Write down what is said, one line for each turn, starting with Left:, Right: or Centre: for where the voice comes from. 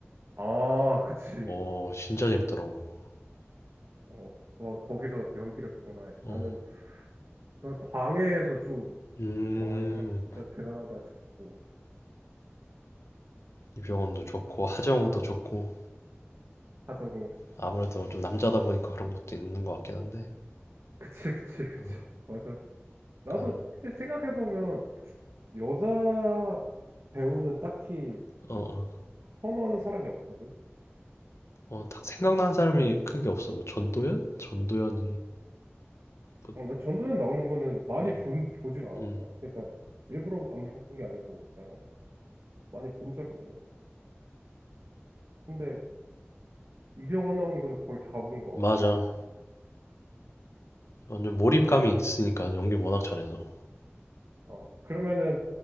Right: 아, 그치.
Left: 어, 진짜 재밌더라고.
Right: 어, 어, 거기서 연기력 장난 아니야.
Left: 어,
Right: 나는 난 광해에서 좀,
Left: 음.
Right: 와, 이 사람 진짜 대단하다 싶고,
Left: 이병헌도 좋고 하정우도 좋고
Right: 하자고. <laughs>
Left: 아무래도 좀 남자다 보니까 그런 것도 있는 것 같긴 한데
Right: 그치, 그치, 그치.
Left: 어,
Right: 맞아. 나도
Left: 약간
Right: 생각해보면, 여자 배우는 딱히
Left: 어, 어,
Right: 선호하는 사람이 없거든.
Left: 어, 딱 생각나는 사람이 크게 없어 뭐 전도연? 전도연 뭐,
Right: 어, 왜 전도연 나오는 거는 많이
Left: 어,
Right: 본, 보질 않았어.
Left: 음
Right: 그러니까, 일부러 안 본 게 아니고, 그냥 많이 본 적이 없는 거야. 근데, 이병헌 나오는 거는 거의 다 본 것
Left: 맞아
Right: 같고,
Left: 완전 몰입감이 있으니까 연기 워낙 잘해서
Right: 어, 그러면은,